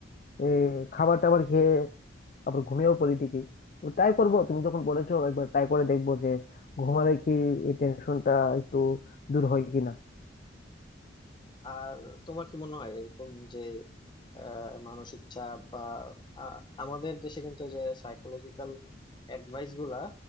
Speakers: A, on the left; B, on the left.
A: এই খাবার টাবার খেয়ে আবার ঘুমিয়েও পড়ি ঠিকই তো ট্রাই করব তুমি যখন বলেছো একবার ট্রাই করে দেখবো যে ঘুমালে কি এই টেনশনটা একটু দূর হয় কিনা
B: আর তোমার কি মনে হয় এরকম যে আহ, মানসিক চাপ বা আহ, আমাদের দেশে কিন্তু এই যে সাইকোলজিক্যাল অ্যাডভাইস গুলা